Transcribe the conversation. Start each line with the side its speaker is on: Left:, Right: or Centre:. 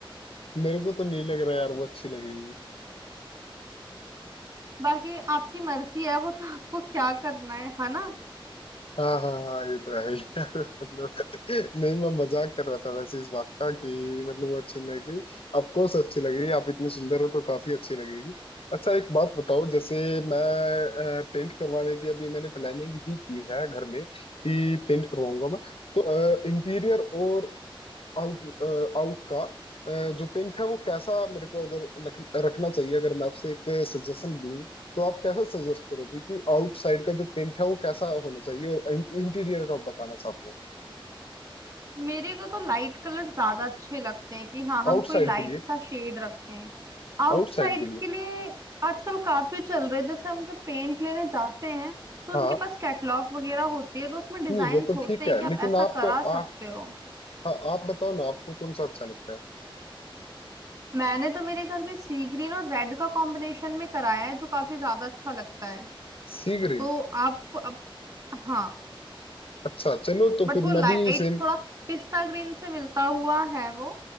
Left: मेरे को तो नहीं लग रहा यार वो अच्छी लगेगी
Right: बाकी आपकी मर्जी है वो तो आपको क्या करना है है ना
Left: हाँ हाँ हाँ ये तो है यार <laughs> मतलब नहीं मैं मजाक कर रहा था वैसे इस बात का कि मतलब वो अच्छी नहीं लगी ऑफकोर्स अच्छी लगेगी आप इतनी सुंदर हो तो काफी अच्छी लगेगी अच्छा एक बात बताओ जैसे मैं पेंट करवाने की अभी मैंने प्लानिंग ही की है घर में कि पेंट करवाऊंगा मैं तो इंटीरियर और आउट आउट का अ, जो पिंक है वो कैसा मेरे को अगर लख- रखना चाहिए अगर मैं आपसे एक सजेशन दूं तो आप कैसा सजेस्ट करोगे कि आउटसाइड का जो पेंट है वो कैसा होना चाहिए और इंटीरियर का आप बताना था आपने
Right: मेरे को तो लाइट कलर ज्यादा अच्छे लगते हैं कि हाँ हम
Left: आउटसाइड
Right: कोई लाइट
Left: के लिए
Right: सा शेड रखें आउटसाइड
Left: आउटसाइड के लिए
Right: के लिए आजकल काफी चल रहे हैं जैसे हम जब पेंट लेने जाते हैं तो
Left: हाँ
Right: उनके पास कैटलॉग वगैरह होती है तो उसमें डिजाइन
Left: नहीं वो तो
Right: होते
Left: ठीक
Right: हैं
Left: है
Right: कि आप
Left: लेकिन
Right: ऐसा
Left: आप
Right: करा
Left: आ,
Right: सकते हो
Left: हाँ, आप बताओ ना आपको कौन सा अच्छा लगता है
Right: मैंने तो मेरे घर में सी ग्रीन और रेड का कॉम्बिनेशन में कराया है जो काफी ज्यादा अच्छा लगता है
Left: सी ग्रीन
Right: तो आप अब हाँ
Left: अच्छा चलो तो
Right: बट
Left: फिर
Right: वो लाइट
Left: मैं भी सेम
Right: थोड़ा पिस्ता ग्रीन से मिलता हुआ है वो